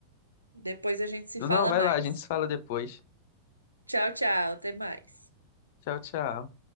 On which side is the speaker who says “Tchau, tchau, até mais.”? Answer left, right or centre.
Right